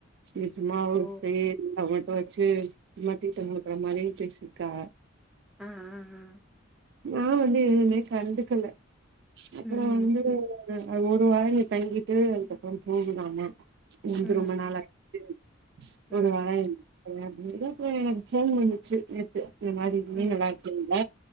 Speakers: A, on the right (about 60°); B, in the centre.
A: இ சும்மாவ
B: ஓ
A: செ வந்து இப்ப வச்சு மத்திட்டங்கக்குற மாரி பேசிருக்கா
B: ஆ ஆ ஆ
A: நா வந்து எதுமே கண்டுக்குல அப்புறோ
B: ம்
A: வந்து ஒரு வாரோ இங்க தங்கிட்டு அதுக்கப்புறோ போகுதாம வந்து
B: ம்
A: ரொம்ப நாள் ஆச்சு ஒரு
B: ம்
A: வாரோ இருந்துட்டு போரே கா அப்புறோ எனக்கு போன் பண்ணிச்சு நேத்து இந்த மாரி
B: ம்
A: மீன் விளா்கல்ல